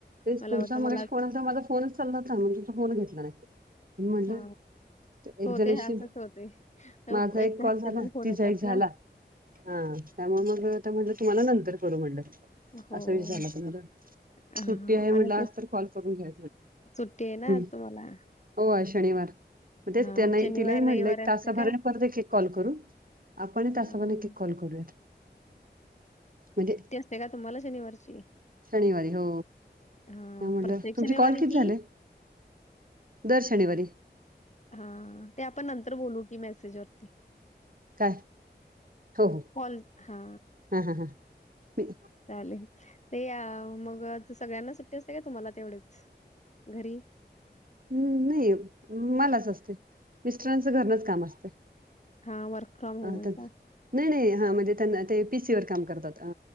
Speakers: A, on the right; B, on the left.
A: तेच
B: मला
A: तुमचा
B: वाटलं
A: मगेश
B: मला
A: फोन आता माझा फोनच चालला होता तुम फोन घेतला नाही म्हणून म्हटलं
B: हा
A: एक
B: होते
A: जणीशी
B: असंच होते
A: माझा
B: एक घरचे
A: कॉल झाला
B: पण फोन
A: तिचा
B: येतात
A: एक झाला.
B: ना
A: हा त्यामुळे मग म्हटलं तुम्हाला नंतर करू म्हणलं
B: हो
A: असं विचारला तुमला
B: हां
A: सुट्टी आहे म्हट
B: आणि
A: आज
B: ते
A: तर कॉल करून घ्या
B: सुट्टी आहे ना
A: म्ह
B: तुम्हाला?
A: हो शनिवार मग तेच
B: हां,
A: त्यांना
B: शनिवार,
A: तिलाही म्हटलं
B: रविवार
A: एक
B: असते
A: तासाभरने
B: का?
A: परत कॉल करू आपण त्या
B: हां,
A: समा न कॉल करूयात म्हणजे
B: ते का तु म्हाला शनिवारची
A: शनिवारी हो
B: हां,
A: म्हटलं
B: प्रत्येक
A: तुमची
B: शनिवारी
A: कॉल किती
B: की
A: झाले दर्शनवरर
B: हा ते आपण नंतर बोलू की मेसेज वरती
A: काय हो हो
B: कॉल हा
A: हा हा हां म
B: चालेल ते या मग सगळ्यांना सुट्टी असते का तुम्हाला तेवढेच घरी
A: हम्म नाही मलाच असते मिस्टरांचं घरनच काम असत
B: हां, वर्क फ्रॉम
A: अ
B: होम आहे का?
A: नाही नाही हा म्हणजे त्यांना ते पीसी वर काम करतात अ